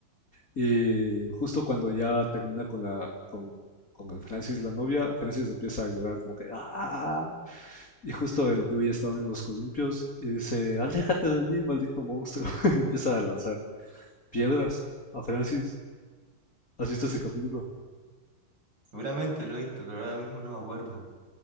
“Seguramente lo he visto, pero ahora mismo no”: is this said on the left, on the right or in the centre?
Right